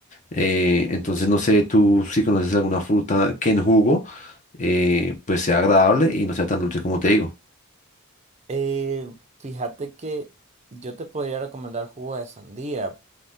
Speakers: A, on the left; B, on the right.
A: Eh, entonces, no sé, tú si conoces alguna fruta que en jugo eh, pues sea agradable y no sea tan dulce como te digo.
B: Eh, fíjate que yo te podría recomendar jugo de sandía,